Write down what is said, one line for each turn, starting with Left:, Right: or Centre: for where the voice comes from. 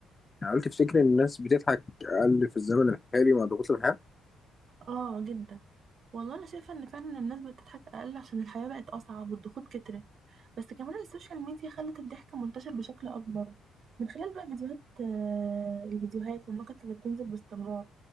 Left: يعني هل تفتكر ان الناس بتضحك اقل في الزمن الحالي مع ضغوط الحياه
Right: اه جدا والله انا شايفة ان فعلا الناس بتضحك اقل عشان الحياة بقت اصعب والضغوط كترت بس كمان السوشيال ميديا خلت الضحك منتشر بشكل اكبر من خلال بقى فيديوهات آه، الفيديوهات والنكت اللي بتنزل باستمرار